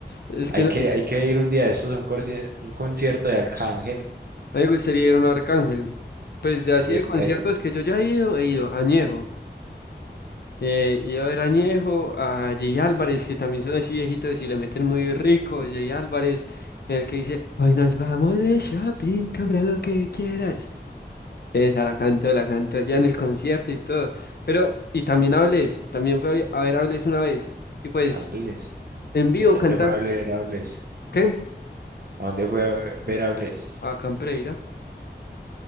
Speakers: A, on the left; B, on the right.
A: Es
B: Hay
A: que no-
B: que,
A: es-
B: hay que ir un día de estos a un, corci- un concierto de Arcángel.
A: a mí me gustaría ir a un Arcángel. Pues de así
B: Sí,
A: de
B: por
A: conciertos
B: ahí.
A: que yo ya he ido, he ido a Añejo. Eh, he ido a ver a Añejo, a Jay Álvarez, que también son así viejitos y le meten muy rico. Jay Álvarez, en el que dice: Hoy nos vamos de shopping, compra lo que quieras. Esa la canto, la canto ya en el concierto y todo. Pero, y también hables, también fue a ver hables una vez. Y pues,
B: Hables.
A: en vivo
B: ¿En dónde
A: canta,
B: fue a ver Hables?
A: ¿qué?
B: ¿A dónde fue a ver Hables?
A: A Campreira,